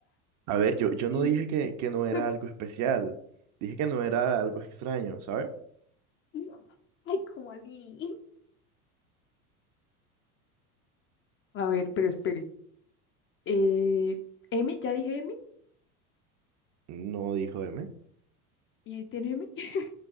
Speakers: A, on the right; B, on the left.
A: A ver, yo, yo
B: <laughs>
A: no dije que, que no era
B: Sí.
A: algo especial. Dije que no era algo extraño, ¿sabes?
B: <laughs> Ay, ¿cómo así? A ver, pero espere. Eh, M, ya dije M.
A: No dijo M.
B: ¿Y ahí tiene M? <laughs>